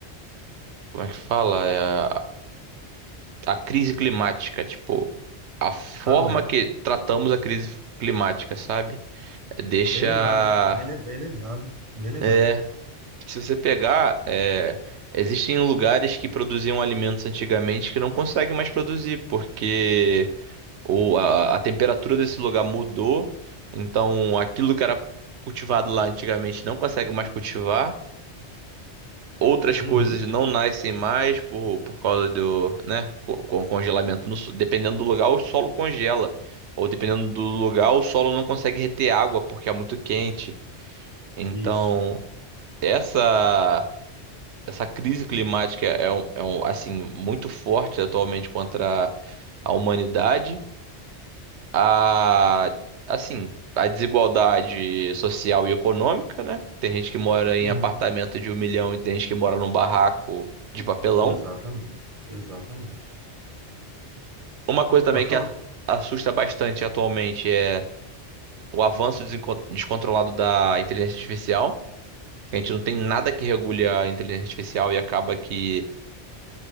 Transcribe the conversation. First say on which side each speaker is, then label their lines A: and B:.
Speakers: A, on the right; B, on the right.
A: como é que fala? É a, a crise climática, tipo, a forma
B: também.
A: que tratamos a crise climática, sabe? Deixa
B: Bem lembrado, hein? Bem, lem- bem lembrado. Bem lembrado.
A: eh, Se você pegar, é, existem lugares que produziam alimentos antigamente que não conseguem mais produzir, porque o, a, a temperatura desse lugar mudou, então aquilo que era cultivado lá antigamente não consegue mais cultivar. Outras
B: Uhum,
A: coisas não nascem mais por, por causa do, né, co- com congelamento. no so- dependendo do lugar, o solo congela. Ou dependendo do lugar, o solo não consegue reter água porque é muito quente. Então,
B: isso.
A: essa essa crise climática é, um- é um, assim muito forte atualmente contra a a humanidade, a assim a desigualdade social e econômica, né? Tem gente que mora em
B: Uhum,
A: apartamento de um milhão e tem gente que mora num barraco de papelão.
B: exatamente. Exatamente.
A: Uma coisa também
B: Pode
A: que
B: falar.
A: a- assusta bastante atualmente é o avanço desenco- descontrolado da inteligência artificial. A gente não tem nada que regule a inteligência artificial e acaba que